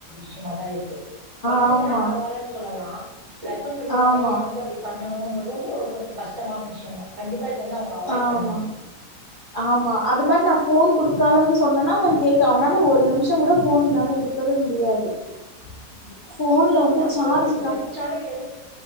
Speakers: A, on the right; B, on the left.
A: ச்சியமா தா இருக்கு கொழந்தைங்கன்னா
B: ஆமா
A: பரவால்லேன்னு சொல்லலா பிளஸ் ஒன் படிக்கிற
B: ஆமா
A: பையே வந்து அப்பிடி பண் ணன்றது வந்து ஒரு கொஞ்சோ கஷ்டமான விஷ்யோ தா கண்டிப்பா இது வந்து அவங்க அவாய்ட்
B: ஆமா
A: பண்ணுங்க
B: ஆமா அது மாரி நா ஃபோன் குடுக்காதன்னு
A: ம்.
B: சொன்னனா அவ கேக்கல அவனால ஒரு நிம்ஷோ கூட ஃபோன் இல்லாம இருக்கவே முடியாது
A: கண்டிப்பா
B: ஃபோன்ல
A: இப்பதா
B: வந்து சார்ஜ்
A: ஃபோன் இப்ப
B: கம்
A: வச்சாலே எடுத்து